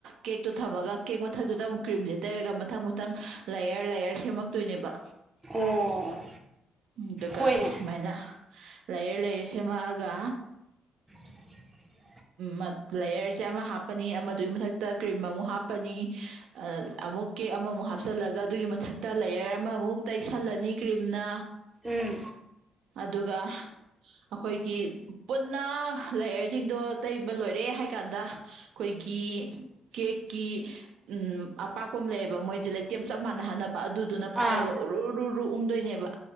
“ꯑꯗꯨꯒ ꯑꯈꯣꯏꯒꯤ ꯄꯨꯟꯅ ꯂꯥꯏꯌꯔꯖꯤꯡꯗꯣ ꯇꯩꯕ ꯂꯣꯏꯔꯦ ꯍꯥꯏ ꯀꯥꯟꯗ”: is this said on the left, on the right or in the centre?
Right